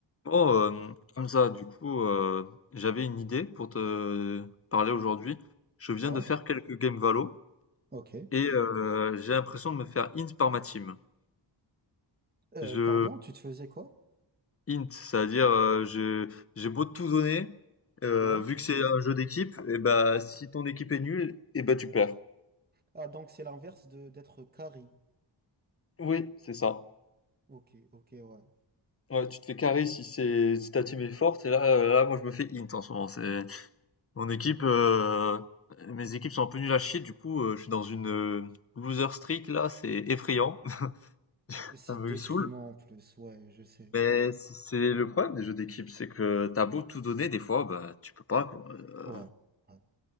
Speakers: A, on the left (about 30°); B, on the right (about 20°).
A: Oh, euh, Hamza, du coup, euh, j'avais une idée pour te parler aujourd'hui. Je viens
B: Ouais,
A: de faire quelques games Valo
B: ok.
A: et euh, j'ai l'impression de me faire int par ma team.
B: Euh,
A: Je
B: pardon, tu te faisais quoi?
A: int, c'est-à-dire euh, je- j'ai beau tout donner, euh,
B: Ouais.
A: vu que c'est un jeu d'équipe, et bah si ton équipe est nulle, et bah tu perds.
B: Ah, donc c'est l'inverse de d'être carré.
A: Oui, c'est ça.
B: Ok, ok, ouais.
A: Ouais, tu te fais carry si c'est si ta team est forte et là, euh, là moi je me fais int en ce moment. C'est Mon équipe, heu, mes équipes sont un peu nulles à chier, du coup, heu, je suis dans une, heu, loser streak là, c'est effrayant, <laughs>
B: Et c'est
A: ça me
B: déprimant
A: saoule.
B: en plus, ouais, je sais.
A: Mais c c'est le problème des jeux d'équipe, c'est que t'as beau tout donner, des fois, bah, tu peux pas quoi, heu,
B: Ouais, ouais,